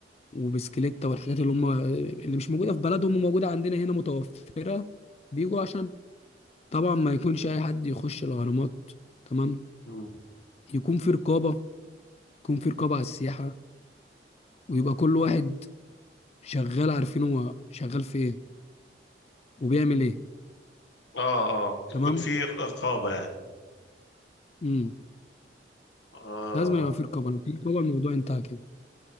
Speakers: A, on the left; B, on the left.
A: وبسكليتة والحاجات اللي هم اللي مش موجودة في بلدهم وموجودة عندنا هنا متوفرة بيجوا عشان طبعا ما يكونش أي حد يخش الأهرامات تمام
B: مم.
A: يكون في رقابة يكون في رقابة على السياحة ويبقى كل واحد شغال عارفين هو شغال في إيه وبيعمل إيه
B: اه اه يكون
A: تمام
B: في رقابة يعني
A: امم
B: آه
A: لازم يبقى في رقابة لو في رقابة الموضوع انتهى كده